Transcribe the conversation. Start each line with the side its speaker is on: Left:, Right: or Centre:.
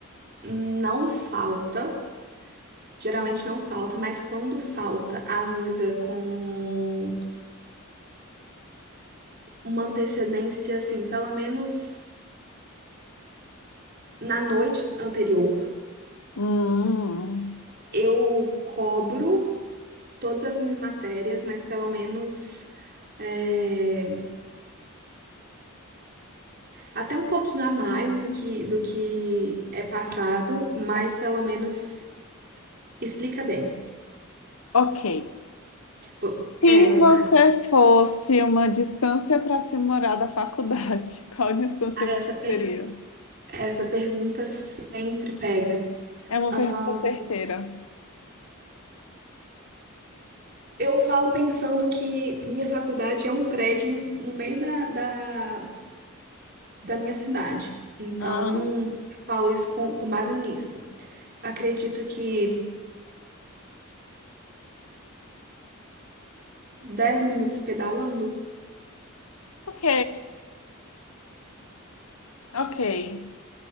Right: não falta, geralmente não falta, mas quando falta, avisa com uma antecedência, assim, pelo menos na noite anterior.
Left: Hum,
Right: Eu cobro todas as minhas matérias, mas pelo menos é, até um pouquinho a mais do que, do que é passado, mas pelo menos explica bem.
Left: ok.
Right: Pô,
Left: Se
Right: É, não,
Left: você fosse uma distância para se morar da faculdade, <laughs> qual distância
Right: ah,
Left: você
Right: essa, per-
Left: seria?
Right: essa pergunta sempre pega.
Left: É uma
Right: Ahn,
Left: pergunta certeira.
Right: eu falo pensando que minha faculdade é um prédio no, no meio da, da, da minha cidade. Então,
Left: Ah,
Right: eu falo isso com, com base nisso. Acredito que 10 minutos pedalando.
Left: ok, ok.